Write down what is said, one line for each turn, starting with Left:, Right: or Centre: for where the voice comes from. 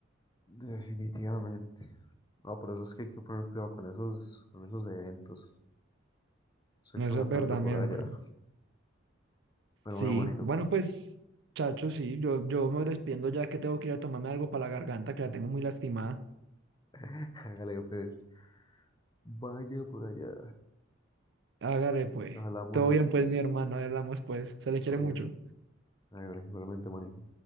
Left: Definitivamente. No, por eso es que hay que poner cuidado con esos, con esos eventos. Sé
Right: Eso
Left: que va
Right: es verdad,
Left: tanto
Right: mi
Left: por
Right: hermano.
Left: allá, pero
Right: Sí,
Left: bueno, manito,
Right: bueno, pues, chacho, sí, yo, yo me despiendo ya que tengo que ir a tomarme algo para la garganta, que la tengo muy lastimada.
Left: <laughs> hágale pues, vaya por allá.
Right: Hágale, pues.
Left: Hablamos
Right: Todo
Left: late
Right: bien, pues,
Left: pues,
Right: mi hermano, ahí hablamos, pues. Se le quiere
Left: todo
Right: mucho.
Left: bien. Hágale, igualmente, manito.